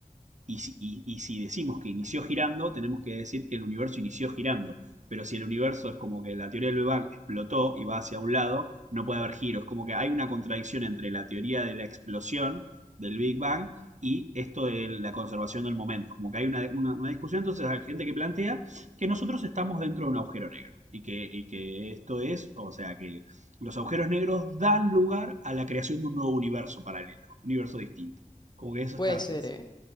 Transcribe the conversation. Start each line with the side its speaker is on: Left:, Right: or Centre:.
Right: Y si, y- y si decimos que inició girando, tenemos que decir que el universo inició girando. Pero si el universo es como que la teoría del Big Bang explotó y va hacia un lado, no puede haber giros. Como que hay una contradicción entre la teoría de la explosión del Big Bang y esto de la conservación del momento. Como que hay una, una- una discusión, entonces hay gente que plantea que nosotros estamos dentro de un agujero negro. Y que, y que esto es, o sea, que los agujeros negros dan lugar a la creación de un nuevo universo paralelo, un universo distinto. Como que eso
Left: Puede
Right: está,
Left: ser,
Right: es,
Left: ¿eh?